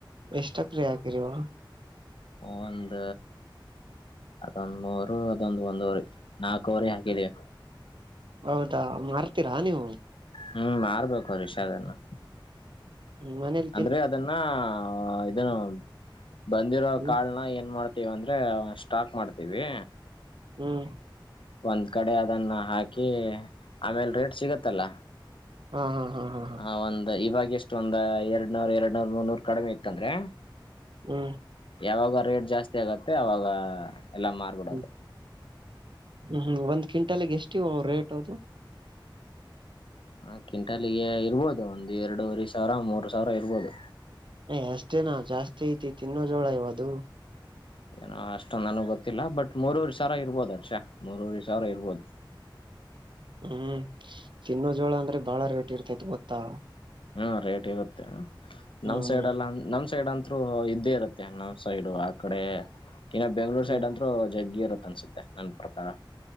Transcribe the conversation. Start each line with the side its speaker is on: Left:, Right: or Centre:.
Right: ಎಷ್ಟ ಎಕ್ರೆ ಹಾಕಿರಿವ
Left: ಒಂದ ಅದೊಂದ್ ಮೂರು ಅದೊಂದ್ ಒಂದ್ವರಿ ನಾಲ್ಕು ವರಿ ಹಾಕಿದೀವಿ
Right: ಹೌದಾ ಮಾರತಿರಾ ನೀವು
Left: ಹ್ಮ್ ಮಾರ್ಬೇಕು ರಿಷಾದನ್ನು
Right: ಹ್ಮ ಮನೆಲಿ
Left: ಅಂದ್ರೆ ಅದನ್ನ ಇದನ್ನು ಬಂದಿರೋ
Right: ಹ್ಮ್
Left: ಕಾಳನ ಏನ್ ಮಾಡ್ ವ ಅಂದ್ರೆ ಸ್ಟಾಕ್ ಮಾಡ್ತೀವಿ
Right: ಹ್ಮ್
Left: ಒಂದ್ ಕಡೆ ಅದನ್ನ ಹಾಕಿ ಆಮೇಲೆ ರೇಟ್ ಸಿಗತ್ತಲ್ಲ
Right: ಹಾ ಹಾ ಹಾ ಹಾ ಹಾ
Left: ಹ ಒಂದ್ ಇವಾಗ ಎಷ್ಟು ಒಂದ್ ಎರಡ್ ನೂರ್ ಎರಡ್ನೂರ್ ಮುನ್ನೂರ್ ಕಡಿಮೆ ಇತ್ತಂದ್ರೆ
Right: ಹ್ಮ್
Left: ಯಾವಾಗ ರೇಟ್ ಜಾಸ್ತಿ ಆಗತ್ತೆ ಅವಾಗ ಎಲ್ಲ ಮಾರ್ಬಿಡೋದು
Right: ಹ್ಮ್ ಹ್ಮ್ ಹ್ಮ್ ಒಂದ ಕ್ವಿಂಟಲ್ ಗೆ ಎಷ್ಟಿವ ರೇಟ್ ಅದು
Left: ಹ ಕ್ವಿಂಟಾಲಿಗೆ ಇರ್ಬೋದು ಒಂದಂದು ಎರಡೂವರೆ ಸಾವಿರ ಮೂರು ಸಾವಿರ ಇರ್ಬೋದು
Right: ಯ್ ಅಷ್ಟೇ ನ ಜಾಸ್ತಿ ಐತಿ ತಿನ್ನೋ ಜೋಳ ಇವದು
Left: ಏನೋ ಅಷ್ಟೊ ನನಗ್ ಗೊತ್ತಿಲ್ಲ ಬಟ್ ಮೂರೂವರೆ ಸಾವರ ಇರ್ಬೋದು ಅರ್ಷ ಮೂರೂವರೇ ಸಾವಿರ ಇರ್ಬೋದು
Right: ಹ್ಮ್ ತಿನ್ನೋ ಜೋಳ ಅಂದ್ರೆ ಬಾಳ ರೇಟ್ ಇರ್ತೈತ್ ಗೊತ್ತಾ
Left: ಹ್ಮ ರೇಟ್ ಇರುತ್ತೆ
Right: ಹ್ಮ್
Left: ನಮ್ ಸೈಡ್ ಲ್ಲ ನಮ್ ಸೈಡ್ ಅಂತರು ಇದ್ದೇ ಇರುತ್ತೆ ಅನ್ನ ಸೈಡು ಆ ಕಡೆ ಇನ್ನ ಬೆಂಗ್ಳೂರ್
Right: ಹ್ಮ್
Left: ಸೈಡ್ ಅಂತರು ಜಗ್ಗಿ ಇರುತ್ತತ್ ಅನ್ಸುತ್ತೆ ನನ್ ಪ್ರಕಾರ